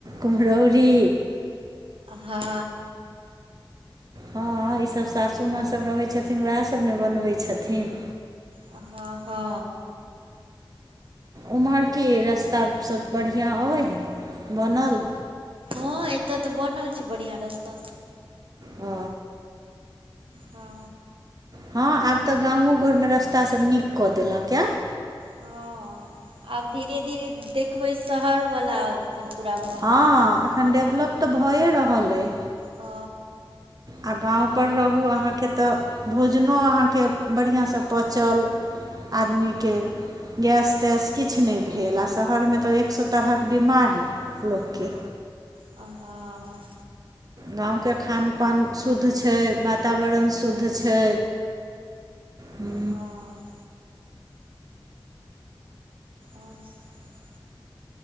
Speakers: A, on the right (about 45°); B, on the right (about 80°).
A: कुम्हरौरी
B: हँ
A: हँ ई सब सासु माँ सब रहै छथिन वैह सब ने बनबै छथिन
B: हँ हँ
A: ओम्हर की रस्ता सब बढ़िआँ अहि बनल
B: हँ ऐत तऽ बनल छै बढ़िआँ रास्ता
A: ओ
B: हँ
A: हँ आब तऽ गामो घरमे रास्तासभ नीक कऽ देलक आए।
B: हँ आब धीरे धीरे देखबै शहर बला आओत पूरा गाँ
A: हँ
B: सिस्टम
A: एखन डेवलप तऽ भएए रहल अइ।
B: ह।
A: आ गाँवपर रहू अहाँके तऽ भोजनो अहाँके बढ़िआँसँ पचल। आदमीके। गैस तैस किछु नहि भेल आ शहरमे तऽ एक सए तरहक बिमारी लोककेँ।
B: हाँ।
A: गाँवके खान पान शुद्ध छै वातावरण शुद्ध छै। हू।
B: हँ आओर सब।